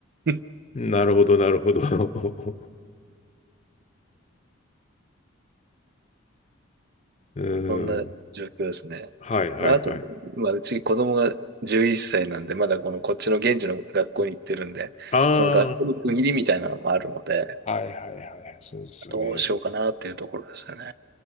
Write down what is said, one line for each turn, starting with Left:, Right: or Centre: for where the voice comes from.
Right: <laughs>
Left: なるほど、なるほど。<laughs> うーん。
Right: そんな状況ですね。
Left: はいはいはい。
Right: まあ、あと、まあ、うち子供が11歳なんで、まだこのこっちの現地の学校に行ってるんで、
Left: あ
Right: その学校の区切りみたいなのもあるので、
Left: あ、はいはいはい。そうですよね。
Right: どうしようかなっていうところですよね。